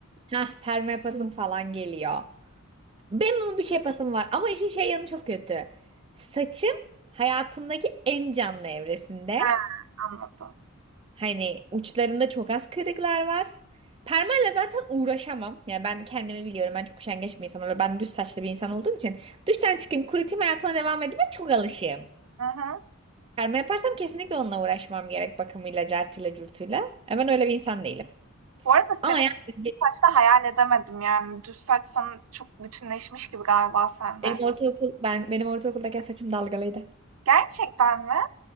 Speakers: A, on the right; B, on the right.
A: Hah perma yapasım falan geliyor. Benim ama bir şey yapasım var. Ama işin şey yanı çok kötü. Saçım hayatımdaki en canlı evresinde.
B: He, anladım.
A: Hani uçlarında çok az kırıklar var. Permayla zaten uğraşamam. Yani ben kendimi biliyorum. Ben çok üşengeç bir insanım. ve Ben düz saçlı bir insan olduğum için. Duştan çıkayım, kurutayım, hayatıma devam edeyim. Ben çok alışığım.
B: Hı hı.
A: Perma yaparsam kesinlikle onunla uğraşmam gerek. Bakımıyla, cartıyla, curtuyla. E Ben öyle bir insan değilim.
B: Bu arada
A: Ama
B: seni
A: yani
B: kısa saçta hayal edemedim yani. Düz saç sana çok bütünleşmiş gibi galiba seninle.
A: benim ortaokul, ben, benim ortaokuldaki saçım dalgalıydı.
B: Gerçekten mi?